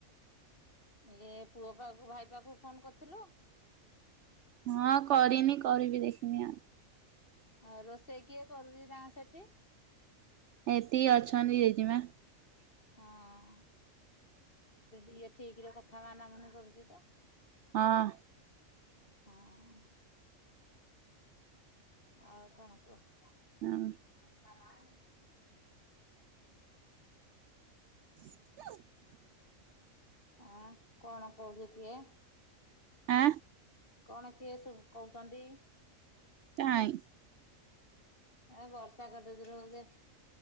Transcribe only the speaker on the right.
ହଁ କରିନି। କରିବି ଦେଖିନି ଆ
ଏଠି ଅଛନ୍ତି ଜେଜେମା।
ହଁ।
ହଁ।
<unintelligible>
ଆ।
କାଇଁ?